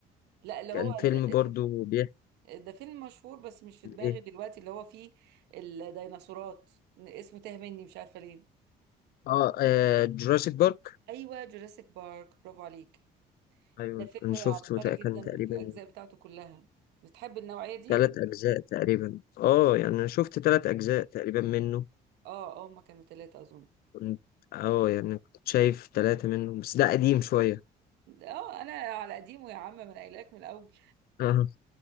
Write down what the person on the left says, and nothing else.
كان
فيلم
برضو بيحكي
ايه
اه, آه جوراسيك بارك
ايوه
انا شفته
تق-
كان تقريبا
ثلاث اجزاء تقريبا اه يعني انا شفت ثلاث اجزاء تقريبا منه
كنت اه يعني كنت شايف ثلاثة منهم بس ده قديم شوية
<laughs>